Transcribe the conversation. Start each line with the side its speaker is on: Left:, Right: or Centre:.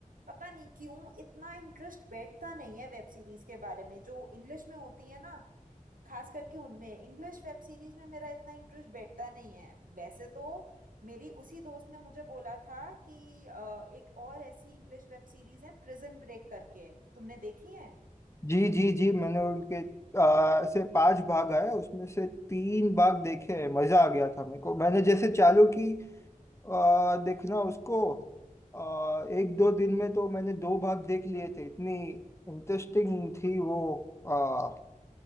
Right: पता नहीं क्यों इतना इंटरेस्ट बैठता नहीं है वेब सीरीज के बारे में जो इंग्लिश में होती है ना खास करके उनमें इंग्लिश वेब सीरीज में मेरा इतना इंटरेस्ट बैठता नहीं है वैसे तो मेरी उसी दोस्त ने मुझे बोला था कि अ, एक और ऐसी इंग्लिश वेब सीरीज है प्रिजन ब्रेक करके तुमने देखी है
Left: जी जी जी मैंने उनके आ, से पांच भाग आए उसमें से तीन भाग देखे हैं मजा आ गया था मेरे को मैंने जैसे चालू की आ, देखना उसको आ, एक दो दिन में तो मैंने दो भाग देख लिए थे इतनी इंटरेस्टिंग थी वो आ,